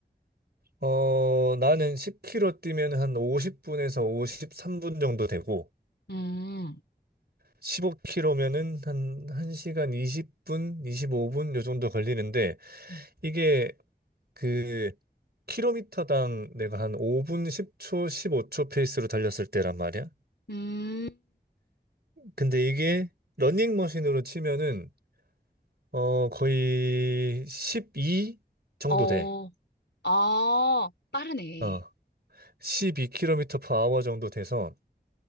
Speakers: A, on the right; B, on the left.
A: 어, 나는 10km 뛰면 한 50분에서 53분 정도 되고,
B: 음,
A: 15km면은 한 1시간 20분, 25분 요 정도 걸리는데,
B: 음.
A: 이게 그 킬로미터당 내가 한 5분 10초, 15초 페이스로 달렸을 때란 말이야.
B: 음,
A: 근데 이게 러닝머신으로 치면은 어, 거의 12 정도
B: 어,
A: 돼.
B: 아, 빠르네.
A: 어. 12km per hour 정도 돼서